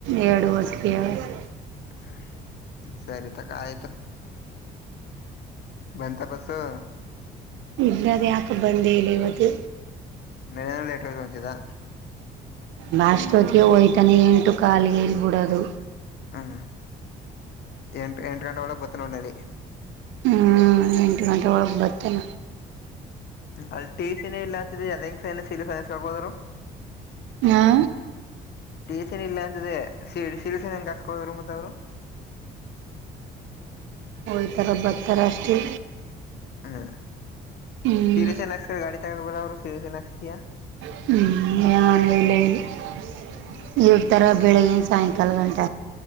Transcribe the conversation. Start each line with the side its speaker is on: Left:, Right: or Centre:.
Right: ಎರಡು <unintelligible>
Left: ಹ ಸರಿತಕ ಆಯ್ತು. ಬಂತಾ ಬಸ್ಸು?
Right: ಇಲ್ಲ ರೀ ಆಕೆ ಬಂದೇ ಇಲ್ಲ ಇವತ್ತು.
Left: ನೆನ್ನೆನೂ ಲೇಟಾಗಿ ಹೊಂಚಿದಾ.
Right: ನಾಷ್ಟೋತ್ಗೇ ಹೊಯ್ತಾನೆ ಎಂಟು ಕಾಲಗೇ ಇಲ್ಬಿಡೋದು.
Left: ಹಂಗ ಎಂಟ್ ಎಂಟ್ ಗಂಟೆ ಒಳಗೆ ಬತ್ತನೇ <unintelligible>
Right: ಹ್ಮಾ ಎಂಟ್ ಗಂಟೆ ಒಳಗೆ ಬರ್ತಾನ.
Left: ಅಲ್ಲಿ ಟಿ ಸಿನೇ ಇಲ್ಲ ಅಂತದೀ ಅದ ಹೆಂಗ ಸೈನ್ ಇ ಸೀಲು ಹಾಕ್ಸೋದ್ರು.
Right: ಹಾ
Left: ಟೀಚರೇ ಇಲ್ಲ ಅಂದಿದೆ ಸಿ ಸೀಲು ಸೖನು ಹಂಗ್ ಹಾಕ್ಸೊಹೋದ್ರು ಮತ್ ಅವ್ರು.
Right: ಒಂತರ ಭತ್ತರ ಅಷ್ಟೇ.
Left: ಹ್ಮ್
Right: ಹ್ಮ್
Left: ಸೀರಿಯಸ್ನಕ್ಸ್ತ ಗಾಡಿ ತಗೊಂಡಬರ ಅವರು ಸೀರಿಸೆನಾಕ್ಸ್ತಿಯಾ?
Right: <unintelligible>
Left: ಹ್ಮ್
Right: ಇಡ್ತರ ಬೆಳಿಗ್ಗಿನ್ ಸಾಯಂಕಾಲ್ಗಂಟ.